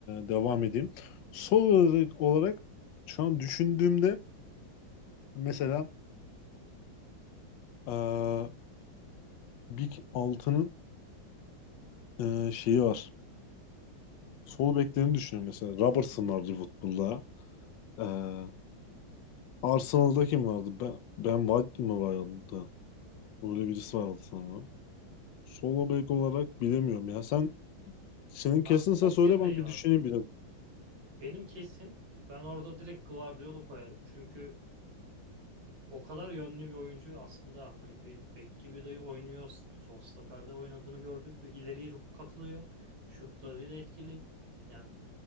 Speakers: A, on the left (about 75°); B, on the right (about 85°).
A: devam edeyim. Sol olarak, olarak şu an düşündüğümde mesela ee, Big 6'nın ee, şeyi var. Sol beklerini düşünüyorum mesela. Robertson var Liverpool'da. Ee, Arsenal'da kim vardı? Ben, ben White mi vardı? Öyle birisi vardı sanırım. Sol bek olarak bilemiyorum ya. Sen senin
B: Arsenal'da
A: kesinse
B: Tierney
A: söyle ben bir
B: vardı.
A: düşüneyim biraz.
B: Benim kesin ben orada direkt Guardiola koyarım. Çünkü o kadar yönlü bir oyuncu aslında hani bek, bek gibi de oynuyor. Sol stoperde oynadığını gördük ve ileriye çok katılıyor. Şutlarıyla etkili. Yani